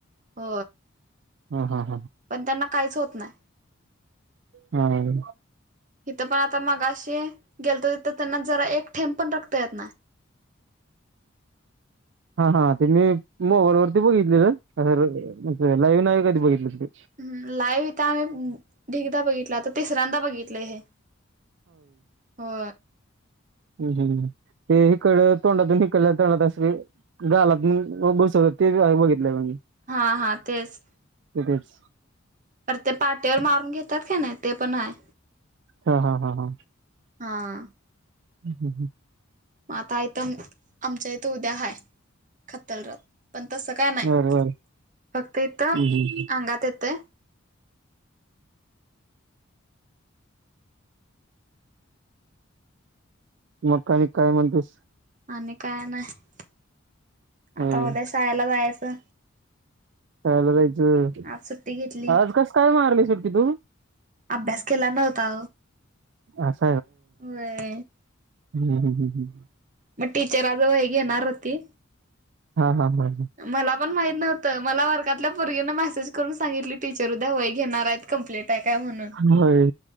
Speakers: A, on the right; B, on the right.
A: हो...
B: ह हा...
A: पण त्यांना काहीच होत नाही...
B: हम्म...
A: इथं पण आता मगा शी गेलतो.. तर त्यांना जरा एक थेंब पण रक्त येत नाही...
B: हा हा ते मी मोबाईलवरती बघितलेलं लाईव्ह नाही कधी बघितलं...
A: हम लाईव्ह इथ आम्ही ढिगदा बघितला आता तिसऱ्यांदा बघितलं हे... हो...
B: हम् हम्... ते हिकड तोंडातून हिकड तोंडातून अस गालातून बसवत ते बघितलं म्हणजे...
A: हा हा तेच...
B: बस...
A: तर ते पाटीवर मारून घेतात का नाही ते पण आहे...
B: हा हा हा हा...
A: हा....
B: हम् हम् हम्....
A: म आता इथ आमच्या इथं उद्या हाय खत्तलरथ... पण तसं काय नाही
B: बर बर
A: फक्त इथं
B: हम्म
A: अंगात येतय...
B: मग काय काय म्हणतेस
A: आणि काय नाही आता
B: होय
A: उद्या शाळेला जायचं
B: चाल जायचं
A: आज सुट्टी घेतली
B: आज कस काय मारली सुट्टी तू
A: अभ्यास केला नव्हता
B: अच्छा
A: अर
B: हम्म हम हम् ह
A: मग टीचर आज वही घेणार होती
B: हा हा हा
A: मला पण माहीत नव्हत मला वर्गातल्या पर्गीना मेसेज करून सांगितली? टीचर उद्या वही घेणार आहेत कंप्लीट आहे काय म्हणून
B: होय